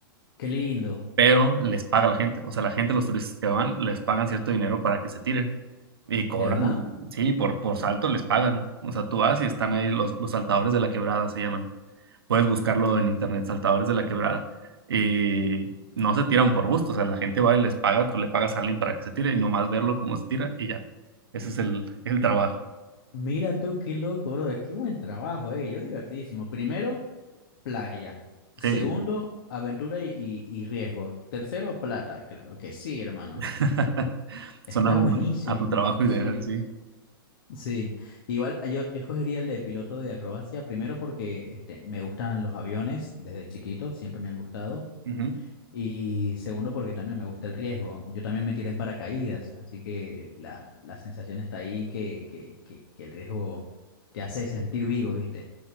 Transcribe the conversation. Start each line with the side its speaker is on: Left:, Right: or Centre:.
Left: Qué lindo.
Right: Pero les paga la gente, o sea, la gente, los turistas que van, les pagan cierto dinero para que se tiren. Y cobran,
Left: ¿De verdad?
Right: sí, por, por salto les pagan. O sea, tú vas y están ahí los, los saltadores de La Quebrada, se llaman. puedes buscarlo en internet, Saltadores de la Quebrada, eh, no se tiran por gusto, o sea, la gente va y les paga, tú le pagas a alguien para que se tire y nomás verlo cómo se tira y ya, ese es el, el trabajo.
Left: Mira tú, qué loco, bro. Qué buen trabajo, eh. Yo divertidísimo. Primero, playa. Segundo,
Right: Sí,
Left: aventura y, y- y riesgo. Tercero, plata. Claro que sí, hermano.
Right: <laughs>
Left: Está
Right: suena como
Left: buenísimo
Right: a tu trabajo
Left: eso, sí.
Right: ideal, sí.
Left: Sí. Igual ah, yo, yo escogería el de piloto de acrobacia, primero porque este, me gustan los aviones desde chiquito, siempre me han gustado.
Right: Ujú.
Left: Y segundo, porque también me gusta el riesgo. Yo también me tiré en paracaídas, así que la, la sensación está ahí que, que, que, que el riesgo te hace sentir vivo, ¿viste?